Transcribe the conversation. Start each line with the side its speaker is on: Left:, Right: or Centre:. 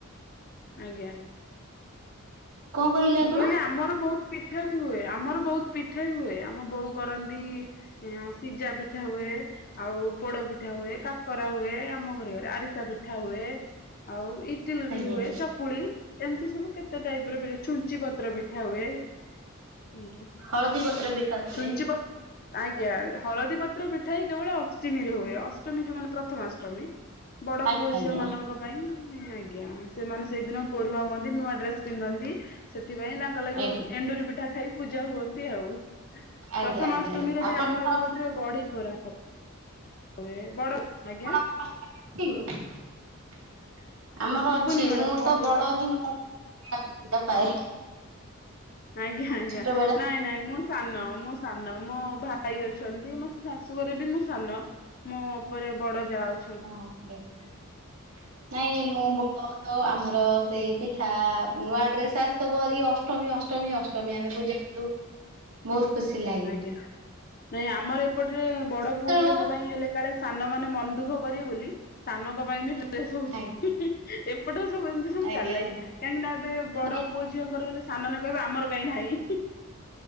Left: ଆଜ୍ଞା।
Right: କଣ କହିଲେ
Left: ମୁଁ
Right: ଆପଣ
Left: କହିଲି, ଆମର ବହୁତ ପିଠା ବି ହୁଏ, ଆମର ବହୁତ ପିଠା ବି ହୁଏ। ମୋ ବୋଉ କରନ୍ତି, ସିଜା ପିଠା ହୁଏ। ଆଉ ପୋଡପିଠା ହୁଏ, କାକରା ହୁଏ, ଆମ ଘରେ ଗଲେ, ଆରିସା ପିଠା ହୁଏ। ଆଉ ଇଟିଲି
Right: ଆଜ୍ଞା
Left: ବି ହୁଏ, ଚକୁଳି ଏମିତି ସବୁ କେତେ ଟାଇପ ର ପି ଛୁଞ୍ଚି ପତ୍ର ପିଠା ହୁଏ, ଆଜ୍ଞା,
Right: ହଳଦୀ ପତ୍ର ପିଠା ହୁଏ
Left: ଛୁଞ୍ଚି ପତ ଆଜ୍ଞା, ହଳଦୀ ପତ୍ର ପିଠା ଇ କେବଳ ଅଷ୍ଟିମୀରେ ହୁଏ, ଅଷ୍ଟମୀ ଯୋଉ ମାନେ ପ୍ରଥମାଷ୍ଟମୀ ବଡ
Right: ଆଜ୍ଞା
Left: ପୁଅ
Right: ଆଜ୍ଞା
Left: ଝିଅ ମାନଙ୍କ ଆଜ୍ଞା, ସେମାନେ ସେଇଦିନ ପରୁଆ ହୁଅନ୍ତି, ନୂଆ ଡ୍ରେସ ପିନ୍ଧନ୍ତି, ସେଥିପାଇଁ ତାଙ୍କ ଲାଗି
Right: ଆଜ୍ଞା
Left: ଏଣ୍ଡୁରି ପିଠା ଖାଇ, ପୂଜା ହୁଅନ୍ତି ଆଉ।
Right: ଆଜ୍ଞା
Left: ପ୍ରଥମାଅଷ୍ଟମୀରେ
Right: ଆଜ୍ଞା ଆଜ୍ଞା ଆପଣ
Left: ବି, ଆମ
Right: କଣ
Left: ଏପଟରେ ବଢି ପୁରା ହୁଏ ବଡ, ଆଜ୍ଞା।
Right: <inaudible> ଆମର
Left: ଶୁଭୁନି
Right: ଅଛି।
Left: ମ୍ୟାଡାମ
Right: ମୁଁ
Left: କଣ
Right: ତ
Left: କହୁଛ
Right: ବଡ଼ ହିଁ। ମୁଁ <inaudible> ପାଏ।
Left: ଆଜ୍ଞା ଆଜ୍ଞା।
Right: ଛୋଟ ବେଳେ
Left: ନାଇଁ ନାଇଁ। ମୁଁ ସାନ। ମୁଁ ସାନ। ମୋ ଭାଇ ଅଛନ୍ତି। ମ ଶାଶୁଘରେ ବି ମୁଁ ସାନ ମୋ ଉପରେ ବଡ ଯା ଅଛି।
Right: ହଁ ଥିଲେ ନାଇଁ ମୁଁ ବଡ଼। ତ ଆମର ସେଇ ପିଠା ନୂଆ ଡ୍ରେସ୍ ଆସିଥିବ ହେରି ଅଷ୍ଟମୀ ଅ ଅଷ୍ଟମୀ ଅଷ୍ଟମୀ ଆମେ ପୂଜା କରୁ ବହୁତ ଖୁସି ଲା
Left: ଆଜ୍ଞା ନାଇଁ ଆମର ଏପଟରେ ବଡ
Right: ସେତେବେଳର
Left: ପୁଅ ଝିଅଙ୍କ ପାଇଁ ହେଲେ କାଳେ ସାନ ମାନେ ମନ ଦୁଃଖ କରିବେ ବୋଲି ସାନଙ୍କ ପାଇଁ ବି ଡ୍ରେସ ହଉଛି।
Right: ଆଜ୍ଞା
Left: ଏପଟରେ ସବୁ ଏମିତି ସବୁ
Right: ଆଜ୍ଞା
Left: ଚାଲାକି।
Right: ଆଜ୍ଞା
Left: କାହିଁକିନା ଏବେ ବଡ
Right: ନାଇଁ
Left: ପୁଅ ଝିଅଙ୍କର ହେଲେ ସାନମାନେ କହିବେ ଆମର କାହିଁ ନାହିଁ।